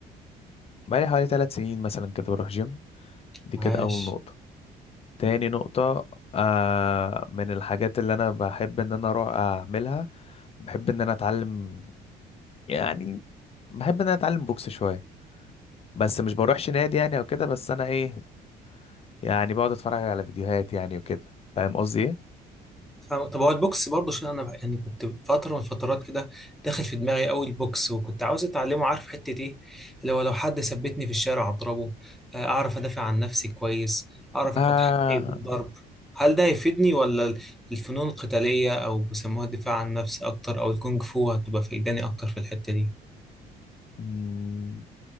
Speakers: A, on the left (about 35°); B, in the centre.
A: بقالي حوالي ثلاث سنين مثلا كده بروح جيم دي
B: عاش
A: كده اول نقطة تاني نقطة آه من الحاجات اللي انا بحب ان انا اروح اعملها بحب ان انا اتعلم يعني بحب ان انا اتعلم بوكس شوية بس مش بروحش نادي يعني او كده بس انا ايه يعني بقعد اتفرج على فيديوهات يعني وكده فاهم قصدي ايه
B: فاهم طب هو البوكس برضه عشان انا يعني كنت فتره من الفترات كده داخل في دماغي قوي البوكس وكنت عاوز اتعلمه عارف حته ايه اللي هو لو حد ثبتني في الشارع اضربه آه، اعرف ادافع عن نفسي كويس اعرف
A: آه
B: اخد حقي بالضرب هل ده هيفيدني ولا الفنون القتاليه او بيسموها الدفاع عن النفس اكتر او الكونغ فو هتبقى فايداني اكتر في الحته دي
A: مم.